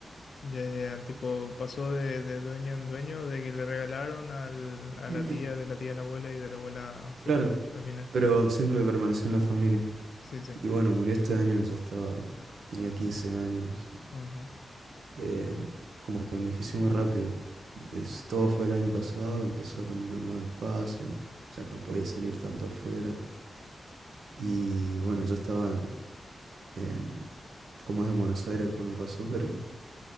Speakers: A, on the left; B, on the right.
A: Ya, ya, tipo, pasó de, de dueño en dueño, de que le regalaron al, a
B: <laughs>
A: la tía, de la tía a la abuela y de la abuela a ustedes,
B: Claro,
A: al final.
B: pero siempre permaneció en la familia.
A: Sí, sí.
B: Y bueno, murió este año, ya estaba, tenía 15 años,
A: Ajá.
B: eh, como que envejecí muy rápido. Des- todo fue el año pasado, empezó a caminar más despacio, ya no podía salir tanto afuera. Y bueno, yo estaba en, en- como es en Buenos Aires cuando pasó, pero